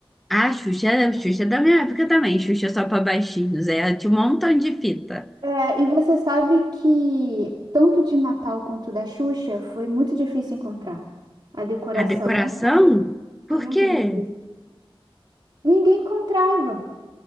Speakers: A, in the centre; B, on the right.
A: A Xuxa, a Xuxa é da minha época também, Xuxa só para baixinhos, é, ela tinha um montão de fita.
B: É, e você sabe que tanto de Natal quanto da Xuxa foi muito difícil encontrar. A decoração
A: A decoração?
B: não foi,
A: Por
B: foi muito
A: quê?
B: difícil. Ninguém encontrava.